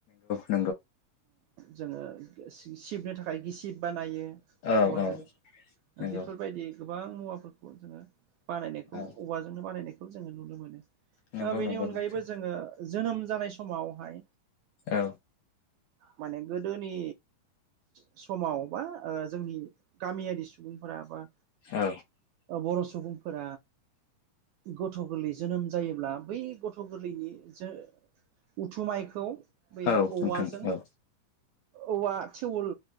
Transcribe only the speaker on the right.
जोङो सिबनो थाखाय गिसिब बानायो।
औवाजों
बेफोरबायदि गोबां मुवाफोरखौ जोङो बानायनायखौ
औवाजोंनो बानायनायखौ जोङो नुनो मोनो।
बेनि
अनगायैबो
जोङो जोनोम जानाय समावहाय
माने गोदोनि समाव बा जोंनि गामियारि सुबुंफोरा बा
बर' सुबुं फोर गथ' गोरलै जोनोम जायोब्ला बै गथ' गोरलैनि जा उथुमायखौ बे
औवाजों
औवा थटिउल